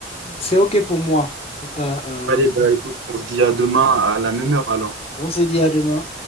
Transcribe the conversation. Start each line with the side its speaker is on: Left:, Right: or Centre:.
Left: C'est OK pour moi. En tout cas, euh,
Right: Allez, bah écoute, on se dit à demain à la même heure alors.
Left: on se dit à demain.